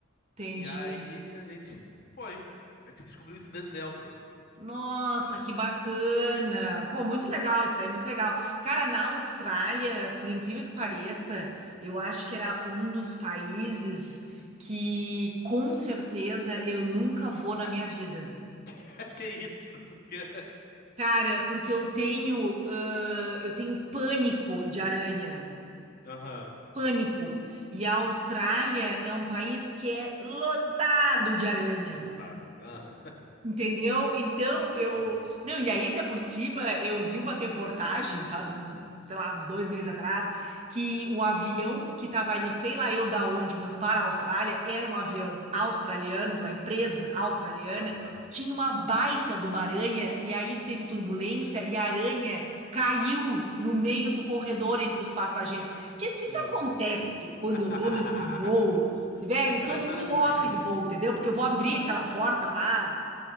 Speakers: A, on the right; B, on the left.
A: Entendi.
B: E aí a gente foi. A gente descobriu isso em dezembro,
A: Nossa,
B: sabe?
A: que bacana! Pô, muito legal isso aí, muito legal. Cara, na Austrália, por incrível que pareça, eu acho que era um dos países que com certeza eu nunca vou na minha vida.
B: <laughs> Que isso? Porque.
A: Cara, porque eu tenho, ãh, eu tenho pânico de aranha.
B: Aham,
A: Pânico. E a Austrália é um país que é lotado de aranha.
B: lotado. Aham,
A: Entendeu? Então eu.
B: aham,
A: Não, e aí, até por cima, eu vi uma reportagem faz um, sei lá, uns dois meses atrás, que o avião que estava indo, sei lá eu da onde, mas para a Austrália, era um avião australiano, de uma empresa australiana,
B: aham.
A: tinha uma baita de uma aranha, e aí teve turbulência, e a aranha caiu no meio do corredor entre os passageiros. Tia, se isso
B: Meu
A: acontece
B: Deus.
A: quando
B: <laughs>
A: eu tô nesse voo, velho,
B: Parece
A: todo
B: cena
A: mundo
B: de
A: morre
B: filme.
A: do voo, entendeu? Porque eu vou abrir aquela porta lá